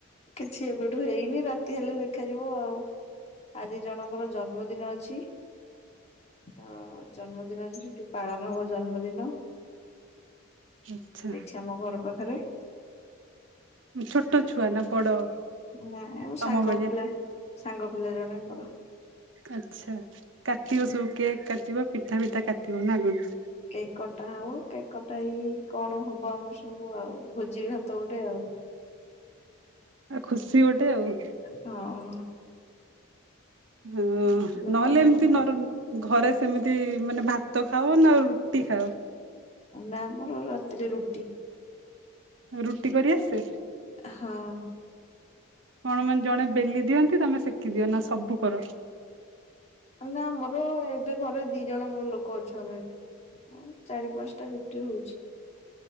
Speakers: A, on the left; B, on the right.
A: କିଛି ଏବେଠୁ ହେଇନି ରାତି ହେଲେ ଦେଖାଯିବ ଆଉ। ଆଜି ଜଣଙ୍କର ଜନ୍ମଦିନ ଅଛି। ତ ଜନ୍ମଦିନ ସେଠି ପାଳନ ହବ ଜନ୍ମଦିନ।
B: ଆଚ୍ଛା
A: ଆଇଛା ମ ଘର ପାଖରେ।
B: ଛୋଟ ଛୁଆ ନା ବଡ।
A: ନା ଆଉ
B: ତମ
A: ସାଙ୍ଗ
B: ଭଳିଆ
A: ପିଲା ସାଙ୍ଗ ପିଲା ଜଣଙ୍କର।
B: ଆଛା କାଟିବ ସବୁ କେକ୍ କାଟିବ। ପିଠା ପିଠା କାଟିବ ନା କଣ
A: କେକ କଟା ହଉ କେକ କଟା ହେଇ କଣ ହବ ଆମର ସବୁ ଆଉ ଭୋଜି ଭାତ ଗୋଟେ ଆଉ।
B: ଆଉ ଖୁସି ଗୋଟେ ଆଉ।
A: ହଁ
B: ହଁ
A: ଭୋଜି ଭାତ
B: ନହେଲେ
A: ହବ
B: ଏମିତି ନ ଘରେ ସେମିତି ମାନେ ଭାତ ଖାଅ ନା ରୁଟି ଖାଅ?
A: ନା ଆମର ରାତିରେ ରୁଟି।
B: ରୁଟି କରି ଆସେ?
A: ହଁ।
B: କଣ ମାନେ ଜଣେ ବେଲି ଦିଅନ୍ତି ତମେ ସେକି ଦିଅ ନା ସବୁ କର?
A: ନା ଆମର ଏବେ ଘରେ ଦି ଜଣ ଲୋକ ଅଛୁ ଆମେ ଏବେ। ଚାରି ପାଞ୍ଚଟା ରୁଟି ହଉଛି